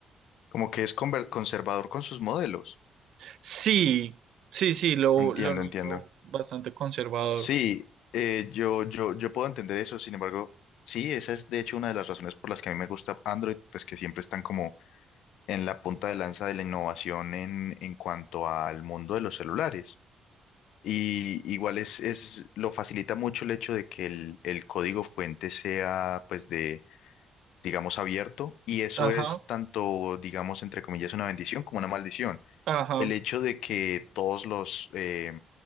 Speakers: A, on the left; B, on the right.
A: como que es conver- conservador con sus modelos.
B: Sí, sí, sí, lo,
A: Entiendo,
B: lo noto
A: entiendo.
B: bastante conservador.
A: Sí, eh, yo, yo, yo puedo entender eso, sin embargo, sí, esa es de hecho una de las razones por las que a mí me gusta Android, pues que siempre están como en la punta de lanza de la innovación en, en cuanto al mundo de los celulares. Y igual es, es, lo facilita mucho el hecho de que el, el código fuente sea, pues, de, digamos, abierto. Y eso
B: Ajá,
A: es tanto, digamos, entre comillas, una bendición como una maldición.
B: ajá,
A: El hecho de que todos los, eh,